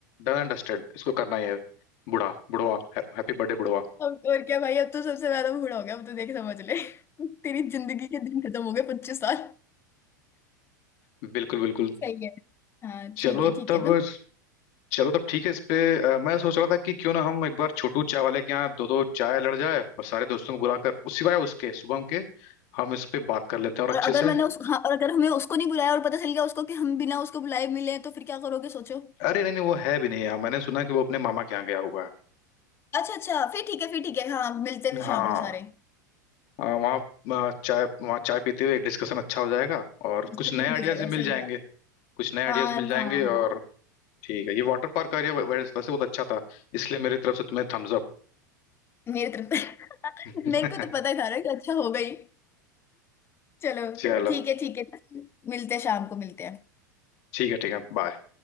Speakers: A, on the left (about 55°); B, on the left (about 25°).
A: डन एंड डस्टेड इसको करना ही है बुढ़ा बुढ़वा हैप्पी बर्थडे बुढ़वा
B: अब और क्या भाई अब तो सबसे ज्यादा बूढ़ा हो गया अब तो देख समझ ले <laughs> तेरी जिंदगी के दिन खत्म हो गए पच्चीस साल
A: बिल्कुल बिल्कुल
B: सही है हाँ
A: चलो
B: ठीक है ठीक
A: तब
B: है तो
A: चलो तब ठीक है इस पे अ, मैं सोच रहा था कि क्यों ना हम एक बार छोटू चाय वाले के यहाँ दो दो चाय लड़ जाए और सारे दोस्तों को बुलाकर उस सिवाय उसके शुभम के हम इस पे बात कर लेते हैं और
B: और
A: अच्छे
B: अगर
A: से
B: मैंने उस हाँ और अगर हमें उसको नहीं बुलाया और पता चल गया उसको कि हम बिना उसको बुलाए मिले तो फिर क्या करोगे सोचो
A: अरे नहीं नहीं वो है भी नहीं यहाँ मैंने सुना कि वो अपने मामा के यहाँ गया हुआ है
B: अच्छा अच्छा फिर ठीक है फिर ठीक है हाँ मिलते हैं फिर
A: हाँ
B: शाम को सारे
A: अ, वहाँ अ, चाय वहाँ चाय पीते हुए डिस्कशन अच्छा हो जाएगा और
B: डिस्कशन
A: कुछ नए आइडियाज
B: भी हो जाएगा
A: भी मिल
B: सही
A: जाएंगे
B: बात
A: कुछ नए आइडियाज
B: हाँ
A: मिल जाएंगे
B: हाँ हाँ
A: और ठीक है ये वाटर पार्क का एरिया वैसे बहुत अच्छा था इसलिए मेरी तरफ से तुम्हें थम्स अप
B: मेरी तरफ <laughs>
A: <laughs>
B: मेरे को तो पता था ना कि अच्छा हो गई चलो
A: चलो
B: ठीक है ठीक है मिलते हैं शाम को मिलते हैं
A: ठीक है ठीक है बाय